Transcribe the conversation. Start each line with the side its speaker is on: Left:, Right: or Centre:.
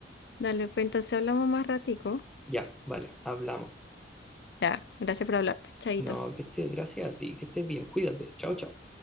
Left: Dale, pues entonces hablamos más ratico.
Centre: Ya, vale, hablamos.
Left: Ya, gracias por hablarme. Chaito.
Centre: No, que estés, gracias a ti, que estés bien, cuídate, chao, chao.